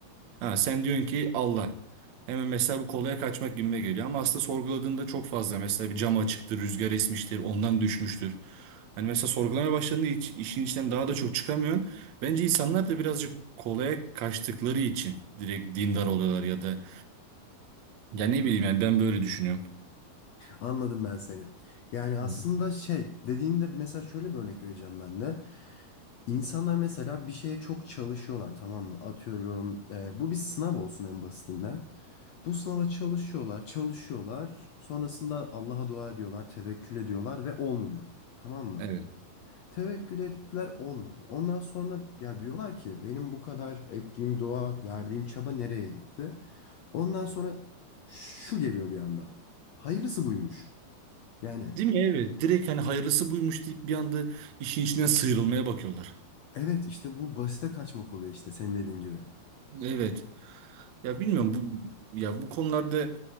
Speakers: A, on the right (about 60°); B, on the left (about 75°).
A: Ha sen diyorsun ki Allah. Hemen mesela bu kolaya kaçmak gibime geliyor. Ama aslında sorguladığında çok fazla. Mesela bir cam açıktır, rüzgar esmiştir, ondan düşmüştür. Hani mesela sorgulamaya başladığında hiç, işin içinden daha da çok çıkamıyorsun. Bence insanlar da birazcık kolaya kaçtıkları için direkt dindar oluyorlar ya da ya ne bileyim yani ben böyle düşünüyorum.
B: Anladım ben seni. Yani aslında
A: Hı hı.
B: şey dediğinde mesela şöyle bir örnek vereceğim ben de. İnsanlar mesela bir şeye çok çalışıyorlar tamam mı? Atıyorum e, bu bir sınav olsun en basitinden. Bu sınava çalışıyorlar, çalışıyorlar. Sonrasında Allah'a dua ediyorlar, tevekkül ediyorlar ve olmuyor. Tamam mı?
A: Evet.
B: Tevekkül ettiler olmadı. Ondan sonra ya diyorlar ki benim bu kadar ettiğim dua, verdiğim çaba nereye gitti? Ondan sonra şu geliyor bir anda. Hayırlısı buymuş. Yani
A: Değil mi? Evet. Direkt hani hayırlısı buymuş deyip bir anda işin içinden sıyrılmaya bakıyorlar.
B: Evet işte bu basite kaçmak oluyor işte senin dediğin gibi.
A: Evet. Ya bilmiyorum bu ya bu konularda